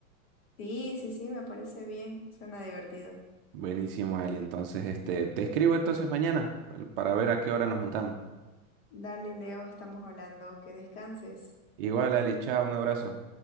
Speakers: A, on the left; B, on the right.
A: sí, sí, sí, me parece bien. Suena divertido.
B: Buenísimo, Ali. Entonces, este, te escribo entonces mañana para ver a qué hora nos juntamos.
A: Dale, Leo, estamos hablando. Que descanses.
B: Igual, Ali, chao, un abrazo.